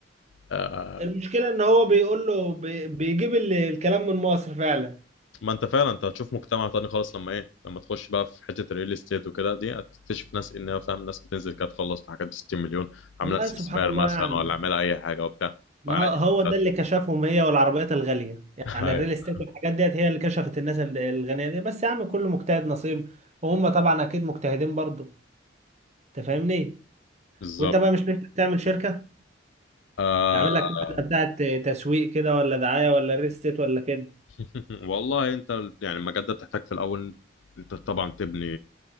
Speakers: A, on the left (about 70°); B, on the right (about 35°).
A: آه،
B: المشكلة ان هو بيقول له بي- بيجيب ال- الكلام من مصر فعلا
A: ما انت فعلا انت هتشوف مجتمع تاني خالص لما ايه لما تخش بقى في حته الريل استيت وكده دي هتكتشف ناس انها فاهم ناس بتنزل كده تخلص في حاجات ب 60 مليون عامله
B: والله
A: استثمار
B: سبحان الله
A: مثلا
B: يا عم
A: ولا عامله اي حاجه وبتاع
B: ما
A: وعادي
B: هو هو
A: بتاعتك.
B: ده اللي كشفهم هي والعربيات الغالية
A: <laughs>
B: يعني
A: ايوه
B: الريل استيت والحاجات ديت هي اللي كشفت الناس ال- الغنية دي بس يا عم كل مجتهد نصيب وهم طبعا اكيد مجتهدين برضه انت فاهمني
A: بالظبط
B: وانت بقى مش نفسك تعمل شركة
A: آه
B: تعمل لك واحدة بتاعت تسويق كده ولا دعاية ولا ريل استيت ولا كده
A: <laughs> والله انت يعني المجال ده بتحتاج في الاول انت طبعا تبني